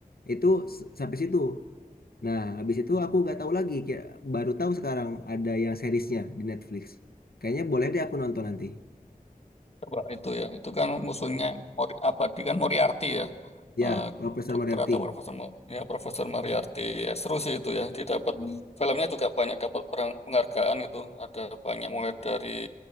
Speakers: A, on the left; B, on the left.
A: itu s- sampai situ. Nah, habis itu aku gak tahu lagi, kayak baru tahu sekarang ada yang seriesnya di Netflix. Kayaknya boleh deh aku nonton nanti.
B: coba itu ya. Itu kan musuhnya Mori, apa dia kan Moriarty ya.
A: Ya,
B: Eh,
A: Profesor
B: dokter
A: Moriarty.
B: atau profesor Mo- ya Profesor Moriarty. Ya, seru sih itu ya. Dia dapat filmnya juga banyak dapat perang- penghargaan itu. Ada banyak mulai dari